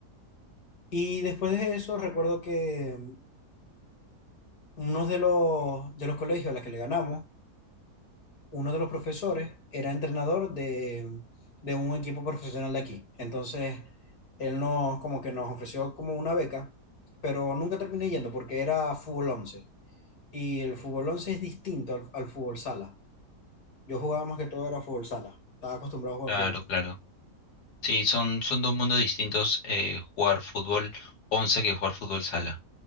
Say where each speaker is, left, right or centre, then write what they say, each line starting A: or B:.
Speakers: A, on the left (about 65°); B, on the left (about 80°).
A: Y después de eso, recuerdo que mm, uno de los, de los colegios a los que le ganamos, uno de los profesores era entrenador de, mm, de un equipo profesional de aquí. Entonces, él nos, como que nos ofreció como una beca, pero nunca terminé yendo porque era fútbol once Y el fútbol 11 es distinto al, al fútbol sala. Yo jugaba más que todo era fútbol sala. Estaba acostumbrado a jugar
B: Claro,
A: fútbol sala.
B: claro. Sí, son, son dos mundos distintos, eh, jugar fútbol 11 que jugar fútbol sala.